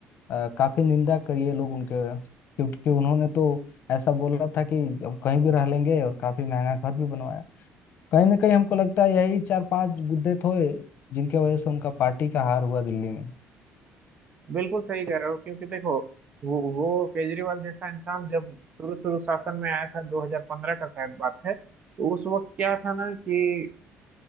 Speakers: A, on the left; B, on the right.
A: अ, काफी निंदा करी है लोग उनके क्योंकि उन्होंने तो ऐसा बोला था कि हम कहीं भी रह लेंगे और काफी महंगा घर भी बनवाया कहीं ना कहीं हमको लगता है यही चार पांच मुद्दे थे जिनके वजह से उनका पार्टी का हार हुआ दिल्ली में
B: बिल्कुल सही कह रहे हो क्योंकि देखो वो वो केजरीवाल जैसा इंसान जब शुरू शुरू शासन में आया था 2015 का शायद बात है तो उस वक्त क्या था ना कि